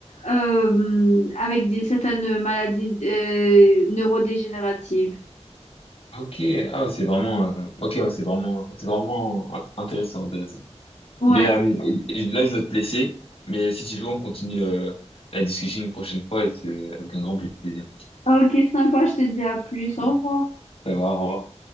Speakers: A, on the left; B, on the left.
A: euh, avec des certaines maladies euh, neurodégénératives.
B: Ok, ah, c'est vraiment, euh, ok, ouais, c'est vraiment, c'est vraiment euh, intéressant, intéressant.
A: Ouais.
B: Bien, euh, et- et là, je dois te laisser, mais si tu veux, on continue, euh, la discussion une prochaine fois et c'est avec un grand plaisir.
A: Ok, sympa, je te dis à plus.
B: Ouais.
A: Au revoir.
B: Ça va, au revoir.